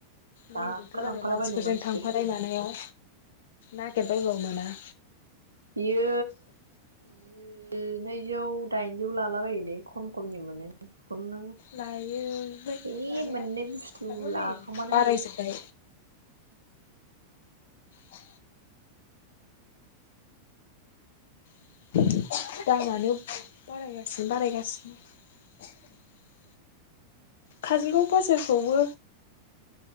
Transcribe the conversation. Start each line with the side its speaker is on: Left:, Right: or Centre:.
Right: गाखो
Left: नंगौथ'
Right: लांफालाबायनो
Left: आरो मानसिफोरजों
Right: मानसिफोर
Left: थांफानाय मानायाव नागिरबायबाबो मोना।
Right: बियो जि नैजौ दाइनजौ लालाबोलै खम खमनि मोनो। बेखौनो
Left: लायोलै
Right: है
Left: लानाया
Right: मोननै बुस्थु
Left: दाथ'
Right: लाखोमा
Left: नै
Right: नों
Left: बारायजोब्बाय औ दामानो बारायगासिनो बारायगासिनो। काजलगाव बाजारखौबो